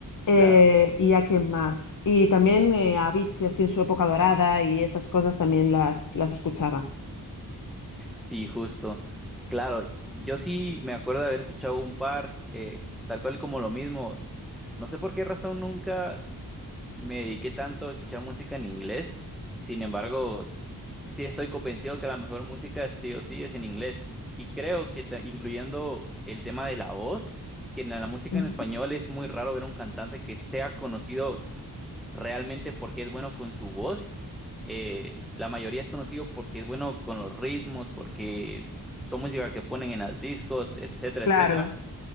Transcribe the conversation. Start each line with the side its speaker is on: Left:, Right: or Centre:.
Left: Eh,
Centre: Claro,
Left: ¿y a quién más? Y también eh, a Avicii, así en su época dorada y esas cosas también las, las escuchaba.
Centre: sí, justo. Claro, yo sí me acuerdo de haber escuchado un par, eh, tal cual como lo mismo. No sé por qué razón nunca me dediqué tanto a escuchar música en inglés. Sin embargo, sí estoy convencido que la mejor música sí o sí es en inglés. Y creo que ta- incluyendo el tema de la voz, que en la música
Left: Ujú.
Centre: en español es muy raro ver un cantante que sea conocido realmente porque es bueno con su voz. Eh, la mayoría es conocido porque es bueno con los ritmos, porque son música que ponen en los discos, etcétera,
Left: Claro,
Centre: etcétera.